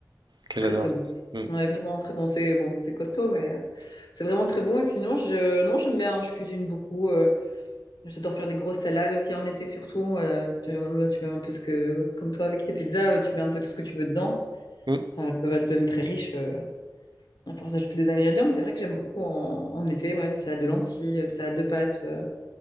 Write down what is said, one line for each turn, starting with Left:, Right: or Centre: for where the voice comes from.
Right: que
Left: Très
Right: j'adore.
Left: très bon.
Right: Mm.
Left: Ouais, vraiment très bon. C'est bon, c'est costaud, mais euh, c'est vraiment très bon. Et sinon, je, non, j'aime bien. Je cuisine beaucoup. euh, J'adore faire des grosses salades aussi en été surtout. Euh, tu, là, tu mets un peu ce que, comme toi avec tes pizzas, euh, tu mets un peu tout ce que tu veux dedans.
Right: Mm.
Left: Euh, elles peuvent être même très riches euh, à force d'ajouter des ingrédients, mais c'est vrai que j'aime beaucoup en, en été, ouais, des salades de lentilles, euh, des salades de pâtes, euh,